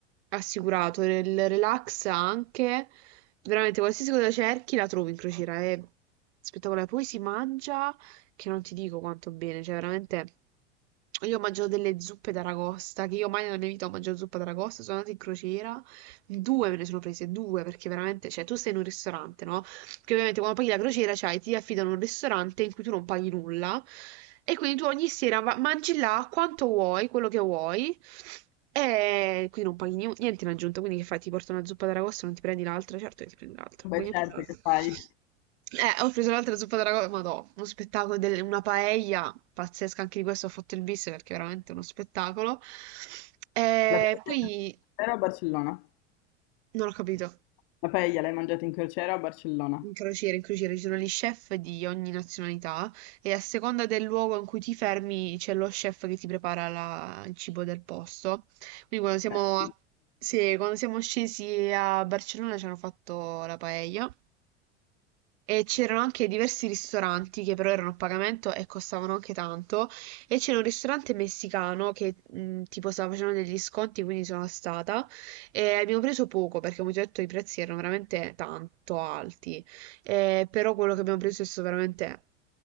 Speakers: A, on the right; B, on the left.
A: assicurato, il relax anche, veramente qualsiasi cosa cerchi la trovi in crociera, è spettacolare. Poi si mangia che non ti dico quanto bene, cioè veramente... Io ho mangiato delle zuppe d'aragosta, che io mai nella mia vita ho mangiato zuppa d'aragosta, sono andata in crociera, due me ne sono prese, due, perché veramente, cioè tu stai in un ristorante, no? Perché ovviamente quando paghi la crociera, cioè, ti affidano un ristorante in cui tu non paghi nulla e quindi tu ogni sera va- mangi là quanto vuoi, quello che vuoi e quindi non paghi ni- niente in aggiunta, quindi che fai? Ti porta una zuppa d'aragosto, non ti prendi l'altra? Certo che ti prendi l'altra.
B: Beh,
A: Quindi
B: certo
A: ho preso l'altra.
B: che fai.
A: Eh, ho preso l'altra zuppa d'aragosto, ma no, uno spettacolo, del- una paella pazzesca, anche di questo ho fatto il bis perché è veramente uno spettacolo. E
B: La paella
A: poi
B: in crociera o a Barcellona?
A: non ho capito.
B: La paella l'hai mangiata in crociera o a Barcellona?
A: In crociere, in crociere ci sono gli chef di ogni nazionalità e a seconda del luogo in cui ti fermi c'è lo chef che ti prepara la- il cibo del posto. Quindi quando siamo,
B: Beh, sì.
A: a- sì, quando siamo scesi a Barcellona ci hanno fatto la paella e c'erano anche diversi ristoranti che però erano a pagamento e costavano anche tanto e c'era un ristorante messicano che mh, tipo stava facendo degli sconti quindi sono stata e abbiamo preso poco perché come ti ho detto i prezzi erano veramente tanto alti. Eh, però quello che abbiamo preso è stato veramente